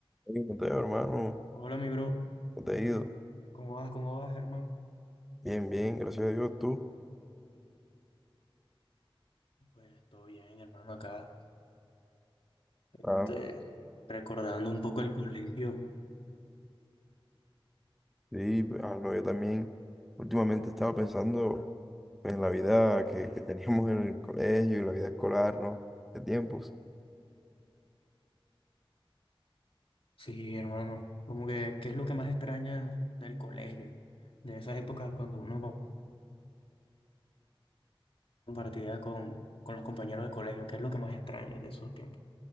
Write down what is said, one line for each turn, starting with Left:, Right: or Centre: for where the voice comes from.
Centre: Hey, Mateo, hermano,
Left: Hola, mi bro.
Centre: ¿cómo te ha ido?
Left: ¿Cómo vas? ¿Cómo vas, hermano?
Centre: Bien, bien, gracias a Dios, tú.
Left: Pues todo bien, hermano, acá. Este,
Centre: Ah,
Left: recordando un poco el colegio.
Centre: sí, pues, ah, no, yo también últimamente estaba pensando pues, en la vida que, que teníamos en el colegio y la vida escolar, ¿no? De tiempos.
Left: Sí, hermano. Como que, ¿qué es lo que más extrañas del colegio? De esas épocas cuando uno co- compartía con, con los compañeros de colegio, ¿qué es lo que más extrañas de esos tiempos?